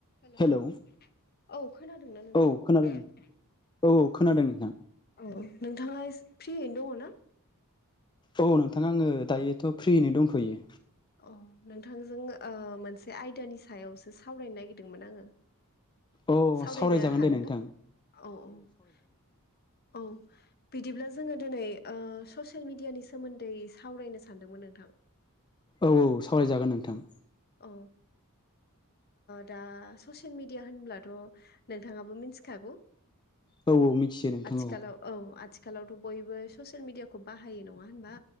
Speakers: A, on the left; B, on the left.
A: हेल' औ
B: हेलौ
A: खोनादोंना नोंथां
B: औ खोनादों
A: <unintelligible>
B: औ औ खोनादों नोंथां।
A: औ नोंथाङा इस फ्रियैनो दङ ना?
B: औ नोंथाङा आङो दायोथ' फ्रियैनो दंथयो।
A: अ नोंथांजों मोनसे आयदानि सायावसो सावरायनो नागिरदोंमोन आङो
B: औ
A: सावरायनो
B: सावरायजागोन
A: हागोन
B: दे नोंथां
A: ना औ औ औ बिदिब्ला जोङो दिनै ससियेल मिडियानि सोमोन्दै सावरायनो सानदोंमोन नोंथां।
B: औ औ सावरायजागोन नोंथां
A: अ दा ससियेल मिडिया होनब्लाथ' नोंथाङाबो मिथिखागौ
B: औ औ मिथियो नोंथां
A: आजखालाव औ आ आथिखालावथ' बयबो ससियेल मिडियाखौ बाहायो नङा होनबा।